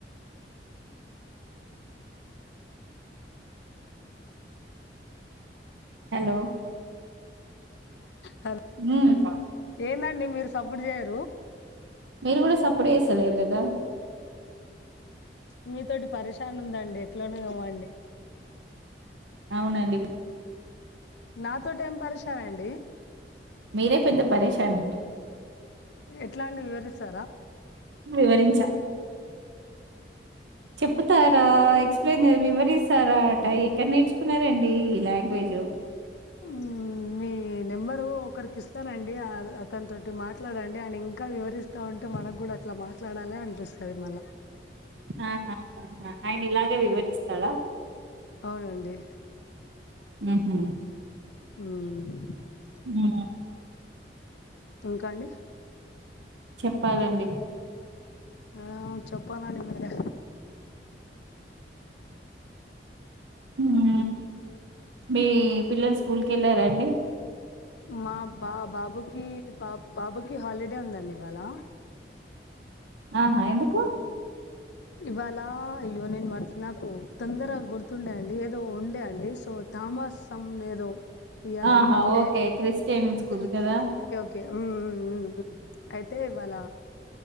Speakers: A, on the right (about 90°); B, on the left (about 80°).
A: హలో
B: హలో
A: హఉహ్
B: ఏందండి మీరు. సప్పుడు చేయరు
A: మీరు కూడాడ సప్పుడు చేస్తలేరు కదా
B: మీతోోటి పరిశాన్ ఉందండి ఎట్లనో ఏమో అండి
A: అవునండి
B: నాతో ఏం పరేషాన్ అండి
A: మీరే పెద్ద పరేేశానండి
B: ఎట్లా అండి వివరిస్తారా
A: వివరించా చెప్పుతారా ఎక్స్ప్లెయిన్ మెమరీస్తారా అ ఎక్కడ నేర్చుకున్నారండి ఈ లాంగ్వేజ్
B: హమ్ ఈ నెంబరు ఒకరికి ఇస్తానండి అతని తటి మాట్లాదండి ఆయన ఇంకా వివరిస్త కా ఉంటే మనకు కూడా అట్లా మాట్లాడాల అనిపిస్తది మల్లా
A: అహహా ఆహా ఆయన ఇలాగే వివరిస్తాడా
B: అవునండి
A: నాకు
B: ఉమ్
A: ఉ
B: ఇంకా అండి
A: చెప్పాలండి
B: యావో చొప్పాలండి మీరే
A: ఉహూ మీ పిల్లొల్ స్కూల్కి ఎళ్ళారా అండి
B: మా బా బాబుకి పాప్ బాబుకి హాలిడే ఉందండి ఇవాళా
A: ఆహా ఎందుకు
B: ఇవాళ అయ్యో నేన్ మార్చ్ నాకు తొందరగా గుర్తుండదండి ఏదో ఉండే అండి సో ధామాసమ్ ఏదో ఇయాల
A: ఆహా
B: ఏమో ఉండే.
A: ఓకే క్రిస్టియన్ స్కూల్ కదా
B: కే ఊ ఊ ఊ ఐతే ఇవ్వాల